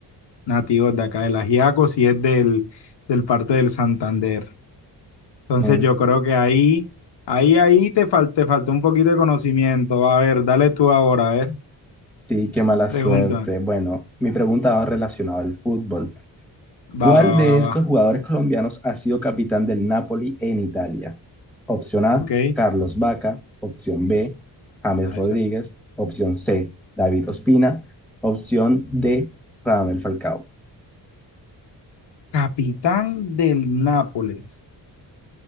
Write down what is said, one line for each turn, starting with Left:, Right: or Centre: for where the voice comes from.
Left: nativos de acá. El ajiaco sí es del, del parte del Santander. Entonces
Centre: Mm,
Left: yo creo que ahí, ahí, ahí te fal- te faltó un poquito de conocimiento. A ver, dale tú ahora, a ver,
Centre: sí, qué mala
Left: pregunta.
Centre: suerte. Bueno, mi pregunta va relacionada al fútbol. ¿Cuál
Left: Va, va,
Centre: de
Left: va,
Centre: estos
Left: va.
Centre: jugadores colombianos ha sido capitán del Napoli en Italia? Opción A,
Left: Ok.
Centre: Carlos Vaca. Opción B, James
Left: A
Centre: Rodríguez.
Left: esa-
Centre: Opción C, David Ospina. Opción D, Radamel Falcao.
Left: Capitán del Nápoles.